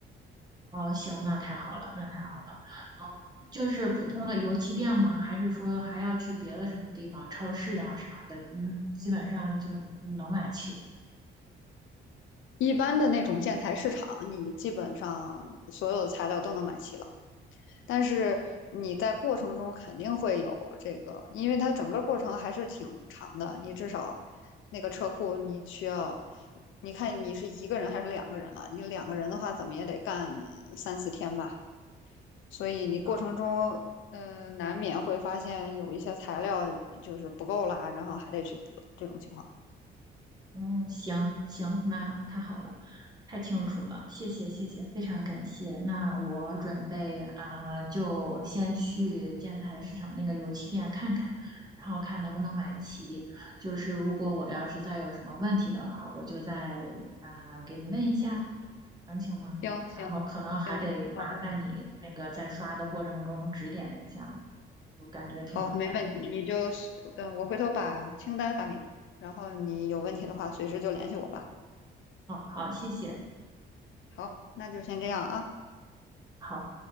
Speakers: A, on the right; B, on the left.
A: 哦，行，那太好了，那太好了。嗯，就是普通的油漆店吗？还是说还要去别的什么地方，超市啊啥的？嗯，基本上就能买齐。
B: 一般的那种建材市场，你基本上所有的材料都能买齐了。但是你在过程中肯定会有这个，因为它整个过程还是挺长的，你至少那个车库你需要，你看你是一个人还是两个人了？你两个人的话，怎么也得干三四天吧，所以你过程中。
A: 啊
B: 呃，难免会发现有一些材料就是不够啦，然后还得去补这种情况。
A: 嗯，行行，那太好了，太清楚了，谢谢谢谢，非常感谢。那我准备啊、就先去建材市场那个油漆店看看，然后看能不能买齐。就是如果我要是再有什么问题的话，我就再啊、给你问一下，能行吗？
B: 行行行，
A: 然后可能还得麻烦你那个在刷的过程中指点一下，
B: 好的，
A: 我感觉挺麻烦的。
B: 好，没问题，你就，嗯、我回头把清单发给你，然后你有问题的话随时就联系我吧。
A: 哦，好，谢谢，
B: 好，那就先这样啊。
A: 好。